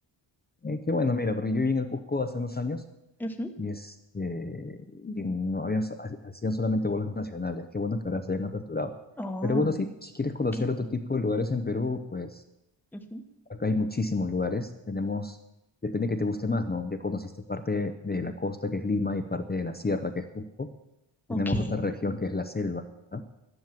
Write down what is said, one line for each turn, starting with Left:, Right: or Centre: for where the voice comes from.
Left: Eh, qué bueno, mira, porque yo viví en el Cusco hace unos años
Centre: Ujú.
Left: y, este, y no habían, so- ha- hacían solamente vuelos nacionales. Qué bueno que ahora se hayan aperturado.
Centre: Oh,
Left: Pero bueno, sí, si quieres conocer
Centre: ok.
Left: otro tipo de lugares en Perú, pues
Centre: ujú,
Left: acá hay muchísimos lugares. Tenemos, depende que te guste más, ¿no? Ya conociste parte de la costa, que es Lima, y parte de la sierra, que es Cusco. Tenemos
Centre: Ok,
Left: otra región, que es la selva. ¿no?